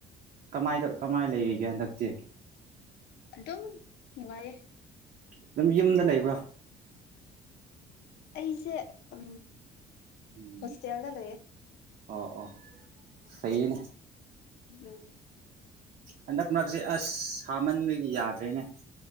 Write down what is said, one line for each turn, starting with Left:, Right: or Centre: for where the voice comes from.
Right: ꯀꯃꯥꯏ ꯀꯃꯥꯏꯅ ꯂꯩꯔꯤꯒꯦ ꯍꯟꯗꯛꯇꯤ
Left: ꯑꯗꯨ ꯑꯗꯨꯝ ꯃꯥꯏꯦ
Right: ꯑꯗꯨꯝ ꯌꯨꯝꯗ ꯂꯩꯕ꯭ꯔꯥ
Left: ꯑꯩꯁꯦ ꯎ
Right: ꯎꯝ
Left: ꯍꯣꯁꯇꯦꯜꯗ ꯂꯩꯌꯦꯦ
Right: ꯑꯣ ꯑꯣ ꯁꯩꯅꯦ
Left: ꯎ ꯎ
Right: ꯍꯟꯗꯛ ꯃꯔꯛꯁꯦ ꯑꯁ ꯁꯥꯃꯟꯕꯒꯤ ꯌꯥꯗ꯭ꯔꯦꯅꯦ